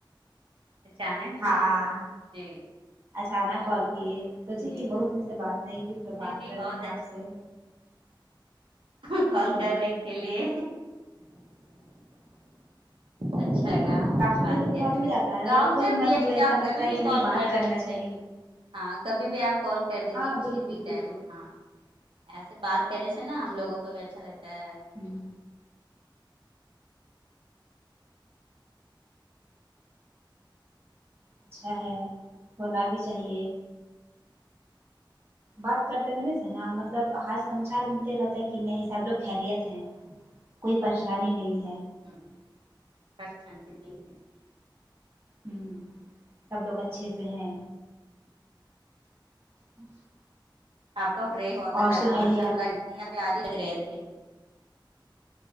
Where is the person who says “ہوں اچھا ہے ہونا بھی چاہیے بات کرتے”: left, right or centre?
Right